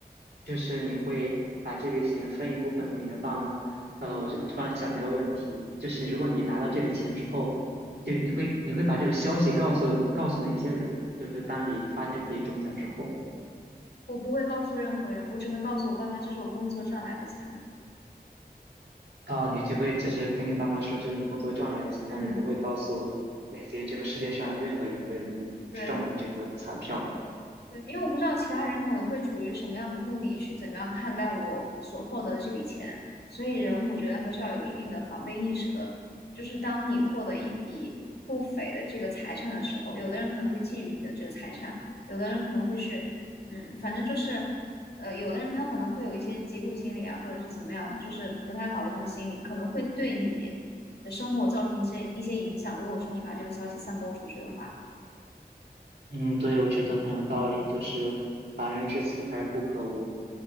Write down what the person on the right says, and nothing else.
就是你会把这笔钱分一部分给你的爸妈，呃，我就突然想了一个问题，就是如果你拿到这笔钱之后，就是你会你会把这个消息告诉告诉哪些人？就是当你发现自己中奖之后，
哦，你就会只是跟你爸妈说这是你工作赚来的钱，
但你不会告诉类似于这个世界上的任何一个人你中了这个彩票。
嗯，对，我觉得很有道理，就是“防人之心还是不可无”。